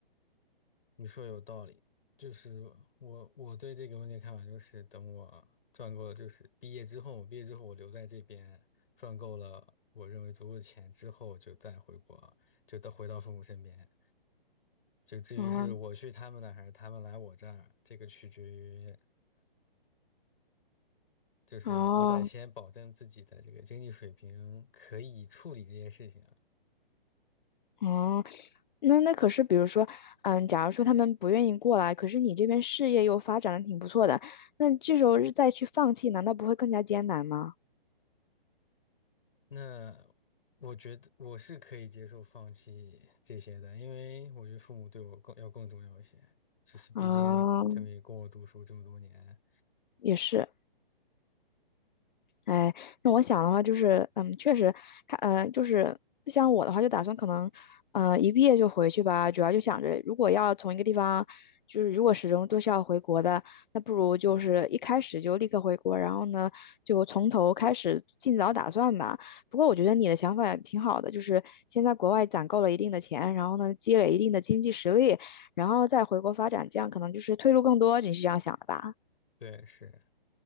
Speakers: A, on the left (about 70°); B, on the left (about 55°).
A: 你说有道理，就是我我对这个问题的看法就是，等我赚够了，就是毕业之后，毕业之后我留在这边赚够了我认为足够的钱之后，就再回国，就到回到父母身边。就至于是我去他们那儿还是他们来我这儿，
B: 啊
A: 这个取决于，就是我得先保证自己的这个经济水平可以处理这些事情。
B: 哦哦，那那可是比如说，嗯，假如说他们不愿意过来，可是你这边事业又发展的挺不错的，那这时候再去放弃，难道不会更加艰难吗？
A: 那我觉得我是可以接受放弃这些的，因为我觉得父母对我更要更重要一些，就是毕竟他们也供我读书这么多年。
B: 啊、也是。哎，那我想的话就是，嗯，确实，看，呃，就是像我的话，就打算可能，呃，一毕业就回去吧。主要就想着，如果要从一个地方，就是如果始终都是要回国的，那不如就是一开始就立刻回国，然后呢，就从头开始，尽早打算吧。不过我觉得你的想法也挺好的，就是先在国外攒够了一定的钱，然后呢，积累一定的经济实力，然后再回国发展，这样可能就是退路更多。你是这样想的吧？
A: 对，是